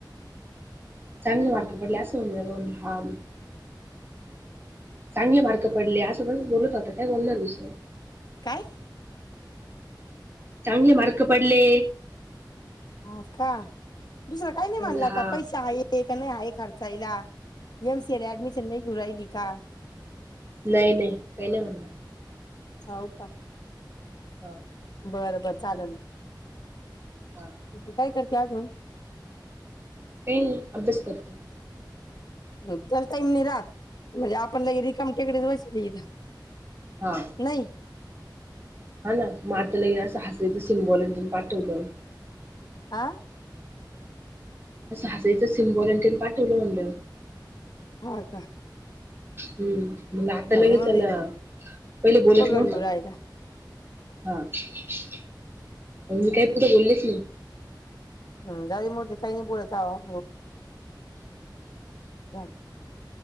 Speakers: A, on the right; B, on the left.
A: चांगले मार्क पडले असं म्हणून राहिला म्हटला हा चांगले मार्क पडले असं तसंच बोलत होता काय बोलणार आहे दुसरं
B: काय
A: चांगले मार्क पडले
B: हा का.. दुसरं काय
A: म्हणलं
B: नाही म्हनला
A: हा
B: का पैसा हाये का नाही आहे खर्चायला एम सीएला ऍडमिशन नाही घेऊ राहिली का
A: नाही नाही काही नाही म्हणलं
B: हाऊ का
A: हा
B: बरं बरं चालल...
A: हा
B: तू काय करते अजून
A: पेन अभ्यास कर
B: हम्म.. त्याला टाईम नाही राहात म्हणजे आपण लई रिकाम टेकडेच बसले इथं
A: हा..
B: नाही
A: हा ना मग आता लई असं हसायचं सिम्बॉल अन ते पाठवलं
B: आ...
A: असं हसायचं सिम्बॉल अन ते पाठवलं म्हटलं
B: हा का
A: हम्म मग आता
B: झाले
A: लगेच
B: मोरे
A: आला.. पहिले बोलत
B: पगड
A: नव्हता
B: येऊ राहिला
A: हा मग मी पुढं काही बोललेच नाही
B: हम्म.. जाऊ दे मरू दे काय नाही बोलायचं <unintelligible>